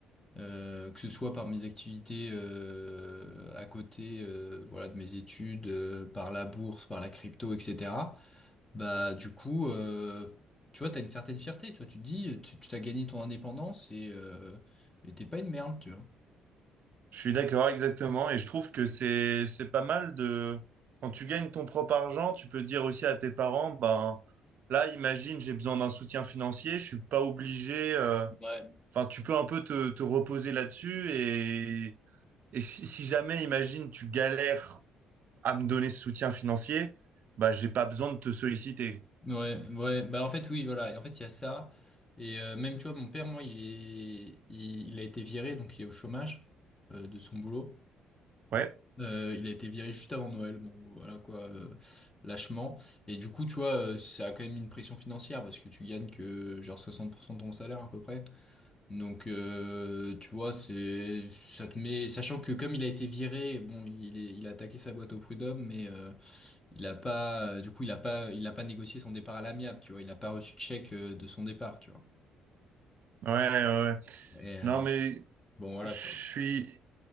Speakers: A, on the left; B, on the right.
A: Euh, que ce soit par mes activités euh, à côté, euh, voilà, de mes études, euh, par la bourse, par la crypto, etc. Bah, du coup, euh, tu vois, t'as une certaine fierté, tu vois, tu te dis, tu tu t'as gagné ton indépendance et euh, et t'es pas une merde, tu vois.
B: Je suis d'accord exactement et je trouve que c'est c'est pas mal de quand tu gagnes ton propre argent, tu peux dire aussi à tes parents, ben là, imagine, j'ai besoin d'un soutien financier, je suis pas obligé. euh,
A: Ouais.
B: Enfin, tu peux un peu te, te reposer là-dessus et et si, si jamais, imagine, tu galères à me donner ce soutien financier, bah j'ai pas besoin de te solliciter.
A: Ouais, ouais, bah en fait oui, voilà, et en fait il y a ça, et euh, même tu vois, mon père, moi, il est, il, il a été viré, donc il est au chômage euh, de son boulot,
B: Ouais,
A: Euh, il a été viré juste avant Noël, bon, voilà quoi, euh, lâchement, et du coup, tu vois, euh, ça a quand même une pression financière, parce que tu gagnes que genre 60% de ton salaire à peu près, Donc, euh, tu vois, c'est, ça te met, sachant que comme il a été viré, bon, il, est- il a attaqué sa boîte au prud'homme, mais euh, il a pas, du coup, il a pas, il a pas négocié son départ à l'amiable, tu vois, il a pas reçu de chèque euh, de son départ, tu vois.
B: ouais, ouais. ouais.
A: Et euh,
B: Non, mais
A: bon, voilà
B: Je suis,
A: quoi.